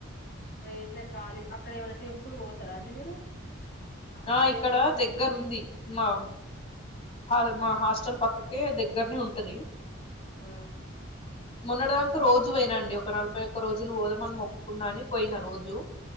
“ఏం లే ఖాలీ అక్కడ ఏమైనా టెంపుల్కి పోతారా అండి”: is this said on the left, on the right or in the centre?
Left